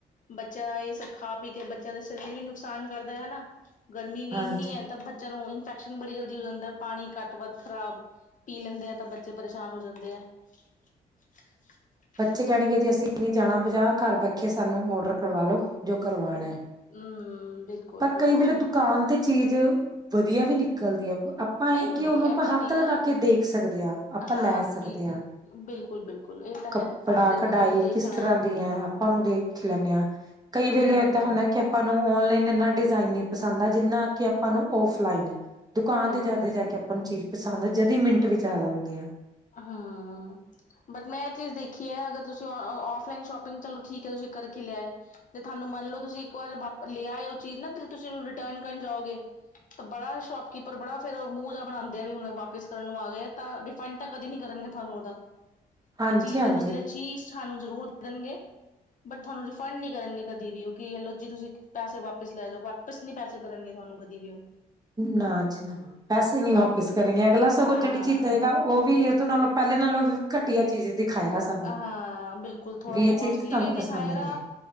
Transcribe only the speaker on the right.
ਹਾਂਜੀ
ਬੱਚੇ ਕਹਿਣਗੇ ਜੇ ਅਸੀਂ ਨਹੀਂੀ ਜਾਣਾ ਬਜ਼ਾਰ ਘਰ ਬੈਠੇ ਸਾਨੂੰ ਔਡਰ ਕਰਵਾਲੋ, ਜੋ ਕਰਵਾਉਣਾ
ਹੈ
ਪਰ ਕਈ ਵੇਲੇ ਦੁਕਾਨ ਤੇ ਚੀਜ਼, ਵਧੀਆ ਵੀ ਨਿਕਲਦੀ ਆ, ਆਪਾਂ
ਇਹ ਕਿ ਉਹਨੂੰ
ਆਪਾਂ
ਹੱਥ ਲਗਾ
ਕੇ ਦੇਖ ਸਕਦੇ ਹਾਂ ਆਪਾਂ
ਲੈ ਸਕਦੇ
ਹਾਂ,
ਕੱਪੜਾ
ਕਢਾਈ
ਕਿਸ ਤਰ੍ਹਾਂ ਦੀ ਹੈ ਆਪਾਂ ਨੂੰ ਦੇਖ, ਰੱਖ ਲੈਂਦੇ ਹਾਂ ਕਈ
ਵੇਲੇ ਏਦਾਂ ਹੁੰਦਾ ਕਿ ਆਪਾਂ ਨੂੰ ਔਨਲਾਈਨ ਇਨਾ, ਡਿਜ਼ਾਇਨ ਨੀ ਪਸੰਦ ਆ ਜਿੰਨਾ ਕਿ ਆਪਾਂ ਨੂੰ ਔਫਲਾਈਨ ਦੁਕਾਨ
ਤੇ ਜਾ ਕੇ ਆਪਾਂ ਨੂੰ ਚੀਜ਼ ਪਸੰਦ, ਜਦੀ ਮਿੰਟ ਵਿੱਚ ਆ ਜਾਂਦੀ ਆ।
ਹਾਂਜੀ
ਹਾਂਜੀ
ਨਾ ਨਾ ਪੈਸੇ ਨੀ
ਵਾਪਿਸ ਕਰੇਗੇ ਅਗਲਾ ਸਗੋਂ
ਜਿਹੜੀ ਚੀਜ਼ਾਂ ਹੈਗਾ ਉਹ ਵੀ, ਵੀਰ ਤੋਂ ਨਾਲੋਂ ਪਹਿਲੇ ਨਾਲੋਂ ਵੀ ਘਟੀਆ ਚੀਜ਼, ਦਿਖਾਏਗਾ ਸਾਨੂੰ
ਵੀ ਇਹ
ਚੀਜ਼ ਤਾਂ ਤੁਹਾਨੂੰ
ਪਸੰਦ ਨਹੀਂ